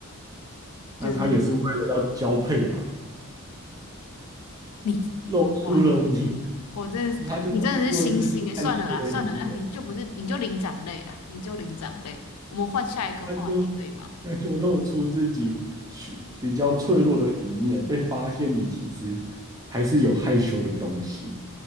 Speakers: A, on the right; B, on the left.
A: 那他也是为了要交配嘛，
B: 就是你，
A: 露出了你，
B: 哇，我真的是，
A: 他就露出了自己害羞的一面，
B: 你真的是星星诶，算了啦，算了啦，你就不是，你就灵长类啦，你就灵长类。我们换下一个话题可以吗？
A: 他就那就露出自己虚比较脆弱的一面，被发现你其实还是有害羞的东西，